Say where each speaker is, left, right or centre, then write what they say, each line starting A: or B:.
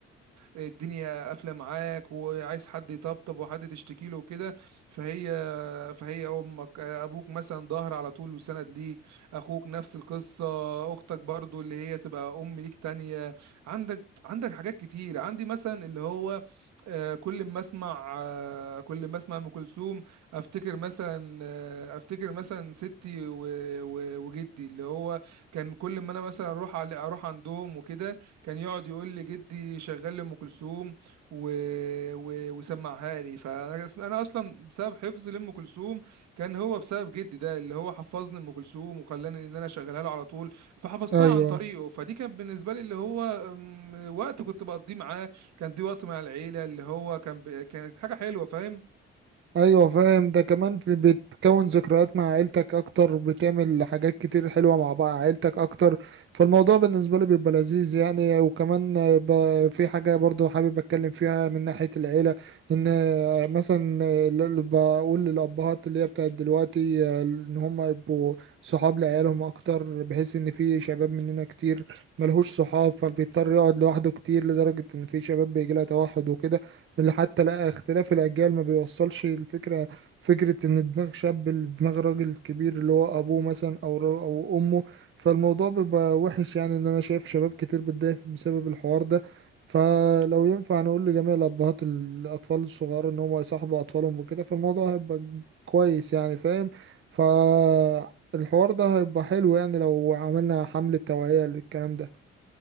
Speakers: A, on the right; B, on the right.
A: الدنيا قافله معاك وعايز حد يطبطب وحد تشتكي له وكده فهي فهي امك ابوك مثلا ظهر على طول وسند ليك اخوك نفس القصه اختك برضو اللي هي تبقى ام ليك تانية عندك عندك حاجات كتير عندي مثلا اللي هو آه، كل ما اسمع آه، كل ما اسمع ام كلثوم افتكر مثلا آه، افتكر مثلا ستي و- و- وجدي اللي هو كان كل ما انا مثلا اروح على اروح عندهم وكده كان يقعد يقول لي جدي شغال لام كلثوم و... و... وسمعها لي فانا اسم- انا اصلا بسبب حفظي لام كلثوم كان هو بسبب جدي ده اللي هو حفظني ام كلثوم وخلاني ان انا اشغلها له على طول فحفظتها
B: ايوه
A: عن طريقه فدي كانت بالنسبه لي اللي هو أم، وقت كنت بقضيه معاه كان دي وقت مع العيله اللي هو كان ب... كانت حاجه حلوه فاهم
B: ايوه فاهم ده كمان في بتكون ذكريات مع عيلتك اكتر بتعمل حاجات كتير حلوه مع بعض عيلتك اكتر فالموضوع بالنسبه لي بيبقى لذيذ يعني وكمان ب- في حاجه برضو حابب اتكلم فيها من ناحيه العيله ان مثلا اللي بقول للابهات اللي هي بتاعت دلوقتي ان هم يبقوا صحاب لعيالهم اكتر بحيث ان في شباب مننا كتير ملهوش صحاب فبيضطر يقعد لوحده كتير لدرجه ان في شباب بيجي لها توحد وكده اللي حتى لا اختلاف الأجيال ما بيوصلش الفكرة فكرة إن دماغ شاب لدماغ راجل كبير اللي هو أبوه مثلا أو را- أو أمه فالموضوع بيبقى وحش يعني إن أنا شايف شباب كتير بتضايق بسبب الحوار ده فلو ينفع نقول لجميع الأبهات الأطفال الصغار إن هم يصاحبوا أطفالهم وكده فالموضوع هيبقى كويس يعني فاهم فالحوار ده هيبقى حلو يعني لو عملنا حملة توعية للكلام ده